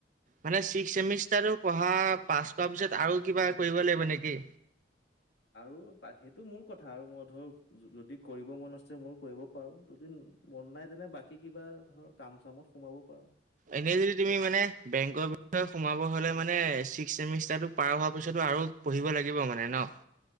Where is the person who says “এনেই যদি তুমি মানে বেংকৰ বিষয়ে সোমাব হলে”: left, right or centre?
Right